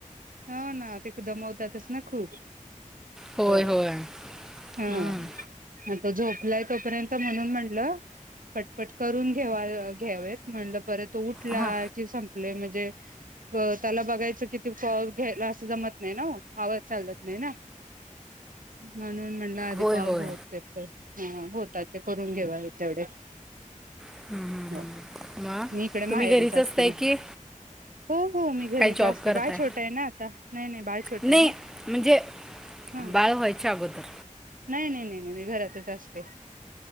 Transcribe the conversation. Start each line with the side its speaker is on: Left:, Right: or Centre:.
Right: हो ना, ते दमवतातच ना खूप.
Centre: होय
Right: हो.
Centre: होय
Right: हं.
Centre: हम्म.
Right: मग तो झोपलाय तोपर्यंत म्हणून म्हटलं, पटपट करून घेवा घ्यावेत. म्हटलं, परत उठला
Centre: हां
Right: की, संपले म्हणजे त्याला बघायच कि- <unintelligible> घ्यायला अस जमत नाही ना, आवाज चालत नाही ना, म्हणून म्ह- आधी
Centre: होय
Right: कॉल
Centre: होय
Right: होते, होतात ते करून घेवा तेवढे.
Centre: <unintelligible> म
Right: हो मी इकडे
Centre: तुम्ही
Right: माहेरीच
Centre: घरीच
Right: असते
Centre: असताय
Right: मग
Centre: की,
Right: हो हो मी घरीच
Centre: काय जॉब
Right: असते
Centre: करताय?
Right: बाळ छोटं आहे ना आता नाही नाही बाळ छोटं
Centre: नाही,
Right: आहे ना
Centre: म्हणजे
Right: हा
Centre: बाळ व्हायच्या अगोदर.
Right: नाही, नाही, नाही, नाही, मी घरातच असते.